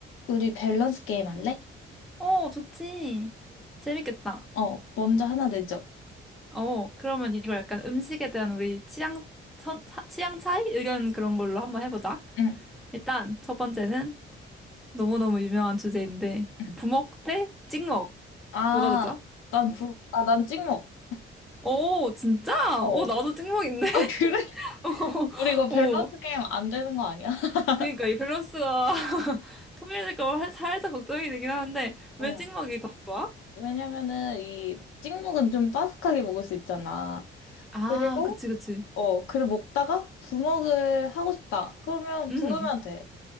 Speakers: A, on the left; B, in the centre.
A: 우리 밸런스 게임 할래?
B: 어, 좋지. 재밌겠다.
A: 어, 먼저 하나 내죠.
B: 어, 그러면 이걸 약간 음식에 대한 우리 취향, 선, 사- 취향 차이? 의견 그런 걸로 한번 해보자.
A: 응,
B: 일단, 첫 번째는 너무너무 유명한 주제인데,
A: 응.
B: 부먹 대 찍먹.
A: 아,
B: 뭐가 더 좋아?
A: 난 부, 아, 난 찍먹.
B: 오, 진짜?
A: 어.
B: 오, 나도 찍먹인데?
A: 아, 그래? <laughs>
B: <laughs> 어,
A: 우리 이거 밸런스
B: 어.
A: 게임 안 되는 거 아니야? <laughs>
B: 그러니까 이 밸런스가 <laughs> 통일될까 봐 살- 살짝 걱정이 되긴 하는데,
A: 어.
B: 왜 찍먹이 더 좋아?
A: 왜냐면은 이 찍먹은 좀 바삭하게 먹을 수 있잖아.
B: 아,
A: 그리고,
B: 그치, 그치.
A: 어, 그리고 먹다가 부먹을 하고 싶다. 그러면
B: 음,
A: 부으면 돼.